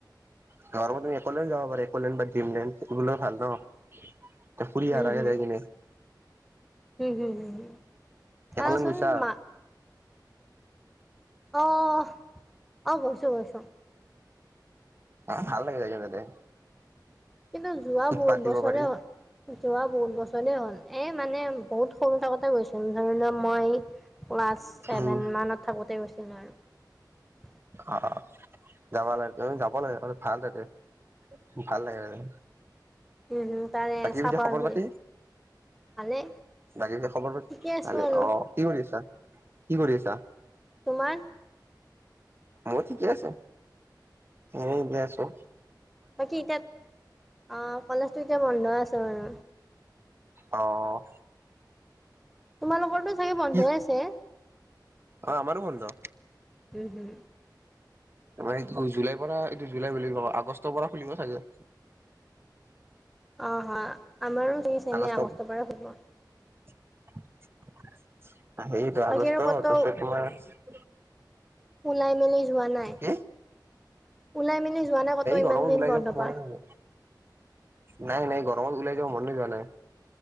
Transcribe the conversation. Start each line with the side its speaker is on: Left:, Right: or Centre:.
Right: ধৰ তুমি একলেন যাব পাৰে একলেন বা ড্ৰিমলেণ্ড <unintelligible> ভাল ন? তাত ফুৰি
Centre: উম
Right: আৰাগে
Centre: হুম
Right: যাই কিনে।
Centre: উম হুম হম চাবাচোন
Right: একলেণ্ড গৈছা
Centre: মা অহ অহ গৈছো গৈছো।
Right: ভাল লাগে যায় তাতে।
Centre: কিন্তু যোৱা
Right: উৎপাত
Centre: বহুত
Right: দিব
Centre: বছৰে
Right: পাৰি
Centre: হ'ল যোৱা বহুত বছৰেই হ'ল। এ মানে বহুত সৰু থাকোতে গৈছো ধৰি লোৱা মই ক্লাছ ছেভেন
Right: উম
Centre: মানত থাকোঁতে গৈছিলো আৰু।
Right: অহ' যাব লাগে যাব লাগে ভাল তাতে। ভাল লাগে তাতে।
Centre: উম হম তাৰে
Right: বাকী
Centre: চাফাৰ
Right: পিছে খবৰ
Centre: গ'ল
Right: পাতি?
Centre: ভালে
Right: বাকী খবৰ
Centre: ঠিকে আছো
Right: ভালে
Centre: আৰু
Right: অ', কি কৰি আছা? কি কৰি আছা?
Centre: তোমাৰ?
Right: মই ঠিকে আছো, মই এনে আছো।
Centre: বাকী এতিয়া অ', কলেজটো এতিয়া বন্ধ আছে বাৰু।
Right: অ',
Centre: তোমালোকৰটো চাগে বন্ধই
Right: কি
Centre: আছে?
Right: অ', আমাৰো বন্ধ।
Centre: উম, হুম,
Right: তোমাৰ কি জুলাই পৰা এইটো জুলাই বুলি কবা আগষ্টৰ পৰা খুলিব চাগে?
Centre: অ', হয়, আমাৰো চেমে
Right: আগষ্ট
Centre: আগষ্টৰ পৰাই খুলিব।
Right: সেইটো আগষ্ট তাৰ
Centre: বাকী
Right: পিছত
Centre: আৰু ক'তো
Right: তোমাৰ
Centre: ওলাই মেলি যোৱা নাই?
Right: কি
Centre: ওলাই মেলি যোৱা নাই ক'তো ইমান
Right: গৰমত
Centre: দিন
Right: ওলাই
Centre: বন্ধ
Right: যাব
Centre: পোৱা?
Right: মনে নাযায় নাই নাই গৰমত ওলাই যাব মনে যোৱা নাই।